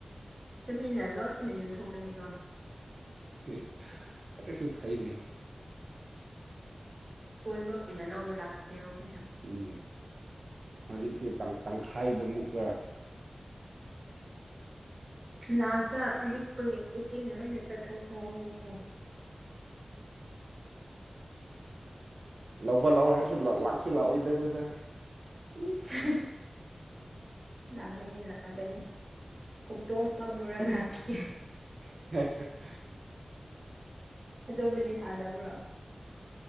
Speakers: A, on the right; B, on the right.
A: ꯇꯨꯃꯤꯟꯅ ꯂꯣꯠꯅ ꯌꯣꯟꯊꯣꯛꯀꯅꯤꯀꯣ
B: ꯑꯦ ꯑꯗꯨꯁꯨ ꯐꯩꯅꯩ
A: ꯀꯣꯏꯕ ꯑꯣꯏꯅ ꯂꯧꯕ ꯂꯥꯛꯀꯦꯕ ꯑꯩꯈꯣꯏꯁꯨ
B: ꯎꯝ ꯍꯧꯖꯤꯛꯁꯦ ꯇꯪ ꯇꯪꯈꯥꯏꯗꯨ ꯑꯃꯨꯛꯀ
A: ꯂꯥꯁꯇ ꯂꯤꯛꯄꯒꯤ ꯎꯆꯦꯛ ꯂꯣꯏꯅ ꯆꯥꯊꯣꯛꯈ꯭ꯔꯅꯤꯕꯣ
B: ꯂꯧꯕ ꯂꯥꯛꯑꯣ ꯍꯥꯏꯔꯁꯨ ꯂꯥꯛꯁꯨ ꯂꯥꯛꯑꯣꯏꯗꯕꯗ
A: ꯏꯁ ꯂꯥꯛꯒꯅꯤ ꯂꯥꯛꯑꯒꯅꯤ ꯑꯣꯛꯇꯣ ꯑꯃ ꯄꯨꯔꯒ ꯂꯥꯛꯀꯦ
B: <unintelligible>
A: ꯑꯇꯣꯞꯄꯗꯤ ꯊꯥꯗꯕ꯭ꯔꯣ